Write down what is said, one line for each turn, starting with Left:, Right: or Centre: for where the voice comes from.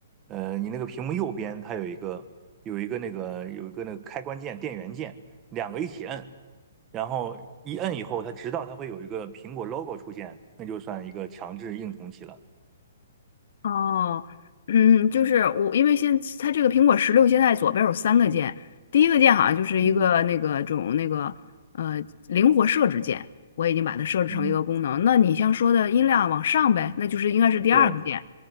Right: 呃你那个屏幕右边它有一个有一个那个有一个那个开关键电源键，两个一起摁，然后一摁以后，它直到它会有一个苹果 logo 出现，那就算一个强制硬重启了。
Left: 哦，嗯，就是我，因为现它这个苹果十六现在左边有三个键，第一个键好像就是一个那个种那个呃灵活设置键，
Right: 嗯
Left: 我已经把它设置成一个功能。
Right: 嗯。
Left: 那你像说的音量往上呗，那就是应该是第二个键，
Right: 对，